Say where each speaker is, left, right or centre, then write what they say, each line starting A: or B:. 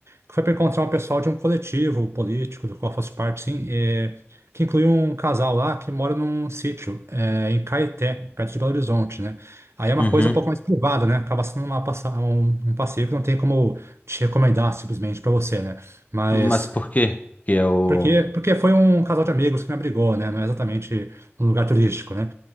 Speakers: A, on the right; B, on the left.
A: que foi para encontrar um pessoal de um coletivo político do qual eu faço parte, sim, e- que incluiu um casal lá que mora num sítio, é, em Caeté, perto de Belo Horizonte, né? Aí é uma
B: Uhum.
A: coisa um pouco mais privada, né? Acaba sendo uma, passa- um, um passeio que não tem como te recomendar simplesmente para você, né? Mas
B: Mas por quê? Porque é o.
A: porque, porque foi um casal de amigos que me abrigou, né? Não é exatamente um lugar turístico, né?